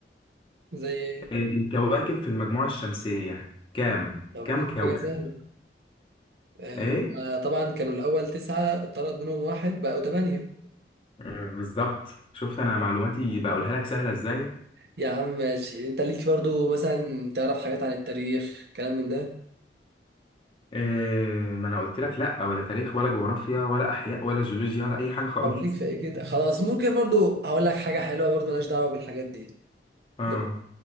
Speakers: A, on the right; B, on the left.
A: زي ايه
B: الكواكب في المجموعة الشمسية كام
A: طب
B: كام
A: دي
B: كوكب
A: حاجه سهله آه،
B: إيه
A: هما طبعا كانوا الاول تسعه اتطرد منهم واحد بقوا ثمانيه
B: آه، بالظبط شفت أنا معلوماتي بقولها لك سهلة إزاي
A: يا عم ماشي انت ليك برضو مثلا تعرف حاجات عن التاريخ كلام من ده
B: إيه ما أنا قلت لك لأ ولا تاريخ ولا جغرافيا ولا أحياء ولا جيولوجيا ولا أي حاجة خالص
A: طب ليك في ايه كده خلاص ممكن برضو هقول لك حاجه حلوه برضو ملهاش دعوه بالحاجات دي
B: اه
A: ب-